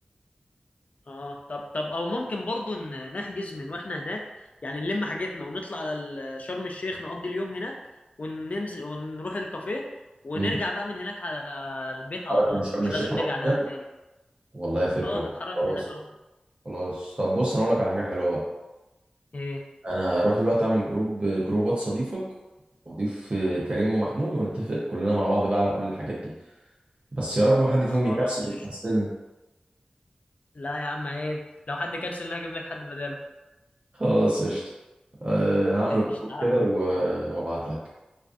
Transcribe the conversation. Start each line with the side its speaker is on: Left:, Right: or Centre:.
Left: اه طب طب او ممكن برضو ن- نحجز من واحنا هناك يعني نلم حاجتنا ونطلع على ال- شرم الشيخ نقضي اليوم هناك وننزل ونروح الكافيه ونرجع
Right: امم
Left: بقى من هناك على البيت على
Right: حركة
Left: طول
Right: من شرم
Left: مش
Right: الشيخ
Left: لازم
Right: على
Left: نرجع
Right: طول
Left: دهب
Right: يعني
Left: تاني
Right: والله فكرة
Left: اه نتحرك
Right: خلاص
Left: من هناك على طول
Right: خلاص طب بص انا اقول لك على حاجة حلوة بقى
Left: ايه
Right: انا هروح دلوقتي اعمل جروب جروب واتس اضيفك واضيف كريم ومحمود ونتفق كلنا مع بعض بقى على كل الحاجات دي بس يا رب ما حد
Left: خلاص
Right: فيهم يكسل
Left: قشطة
Right: يكسلني
Left: لا يا عم عيب لو حد كنسل انا هجيب لك حد بداله
Right: خلاص قشطة أه هعمل
Left: قشطة
Right: الجروب
Left: يا
Right: كده و- وابعت لك